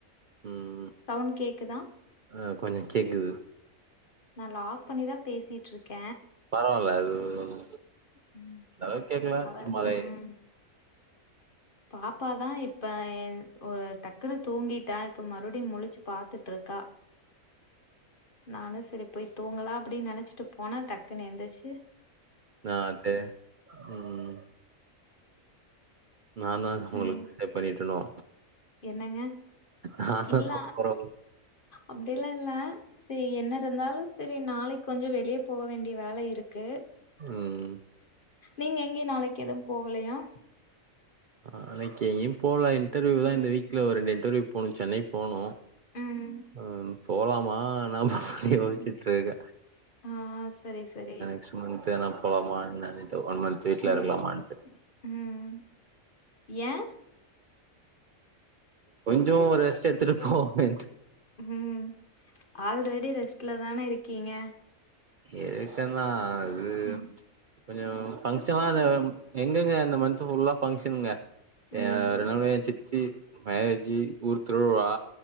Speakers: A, on the right (about 50°); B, on the left (about 40°).
A: ம்
B: சவுண்ட் கேக்குதா
A: ஆ கொஞ்சோ கேக்குது
B: நா லாக் பண்ணிதா பேசிட்ருக்க
A: பரவால்ல அது ஒன்னு
B: ம்
A: அந்த அளவுக்கு கேக்கல
B: அவ
A: சும்மா
B: ம்.
A: லைட்
B: பாப்பா தா இப்போ என் ஒரு டக்குன்னு தூங்கிட்டா இப்போ மறுபடியு முழுச்சு பாத்துட்ருக்கா நானு செரி போய் தூங்கலா அப்டின் நெனைச்சிட்டு போன டக்குனு எந்திருச்சு
A: நாத்தே ம் நா தா உங்கள
B: நீங்க
A: டிஸ்டர்ப் பண்ணிட்டனோ
B: என்னங்க
A: நா தா
B: இல்ல
A: தூங்க போற
B: அப்டில்லா இல்ல செரி என்ன இருந்தாலு செரி நாளைக்கு கொஞ்சோ வெளிய போக வேண்டிய வேல இருக் கு
A: ம்
B: நீங்க எங்கே நாளைக்கு எதுவு போகலயா
A: நாளைக்கு எங்கயு போல இன்டர்வியூ தா
B: ம்.
A: இந்த வீக்ல ஒரு ரெண்டு இன்டர்வியூ போணு சென்னை போணு
B: ம்.
A: ம் போலாமா வேணாமான்
B: ம்.
A: யோசிச்சுட்ருக்க
B: ஆ சரி சரி
A: நெஸ்ட் மந்த் வேணா போலாமா என்னானிட்டு ஒன் மந்த் வீட்ல
B: ம்.
A: இருக்கலாமான்ட்டு
B: ம் ஏன்
A: கொஞ்சோ ரெஸ்ட் எடுத்துட்டு
B: போ
A: போவமேன்
B: ம் ஆல்ரெடி ரெஸ்ட்ல தான இருக்கீங்க
A: எது க்கனா அது
B: ம்.
A: கொஞ்சொ ஃபங்க்ஷனாதா எங்கெங்க இந்த மந் த்து ஃபுல்லா ஃபங்க்ஷனுங்க எ
B: ம்.
A: யாருனா பைய சித்தி மேரேஜி ஊர் திருவிவா